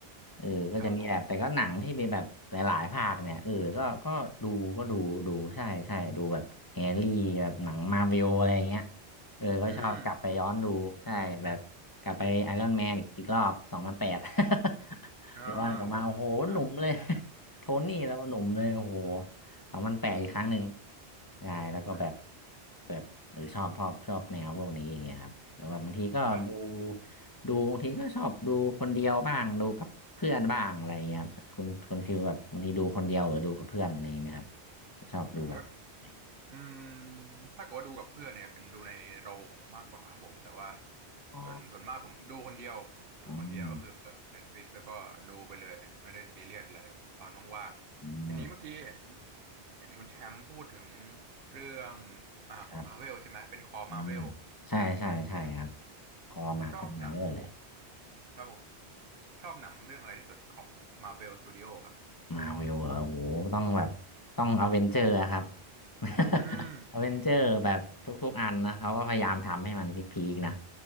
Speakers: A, on the left; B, on the right.
A: เออก็จะมีแบบแต่ก็หนังที่มีแบบหลายๆภาคเนี่ยเออก็ก็ดูก็ดูดูใช่ใช่ดูแบบแฮร์รี่แบบหนังมาร์เวลอะไรเงี้ย
B: ครับผม
A: เออก็ชอบกลับไปย้อนดูใช่แบบกลับไปไอรอนแมนอีกอีกรอบสองพันแปด
B: อืม
A: <laughs>
B: อ่าอุ๊บอ่า
A: ย้อนกลับมาโอ้โหหนุ่มเลย <laughs> โทนี่แล้วก็หนุ่มเลยโอ้โห สองพันแปดอีกครั้งหนึ่งใช่แล้วก็แบบ
B: อ่า
A: แบบหรือชอบชอบชอบแนวพวกนี้อย่างเงี้ยครับแล้วแบบบางทีก็ดู
B: ครับผม
A: ดูบางทีก็ชอบดูคนเดียวบ้างดูกับเพื่อนบ้างอะไรอย่างเงี้ยครับคุณคุณฟิลแบบบางทีดูคนเดียวหรือดูกับเพื่อนอะไรอย่างเงี้ยไหมครับชอบดูแบบไหน
B: อ่าก็ อืมถ้าเกิดว่าดูกับเพื่อนเนี่ยเป็นดูในโรงมากกว่าครับผมแต่ว่า
A: อ๋อ
B: ส่วนส่วนมากผมดูคนเดียวดูคนเดียวก็คือเปิด
A: อืม
B: Netflix แล้วก็ดูไปเลยไม่ได้ซีเรียสอะไรครับตอนว่างๆทีนี้เมื่อกี้เห็น
A: อืม
B: เห็นคุณแชมป์พูดถึงเรื่องอ่าของมาเวลใช่ไหมเป็นคอมาเวล
A: ครับอืมใช่ใช่ใช่ครับ คอมาเป็นมาเรื่อยเลย
B: ชอบหนังครับผมชอบหนังเรื่องอะไรที่สุดของ Marvel Studio ครับ
A: มาวิวเหรอโอ้โหต้องแบบต้องอเวนเจอร์อะครับ <laughs>
B: อืม
A: อเวนเจอร์แบบทุกๆอันนะเขาก็พยายามทำให้มันพีคๆนะ
B: อืม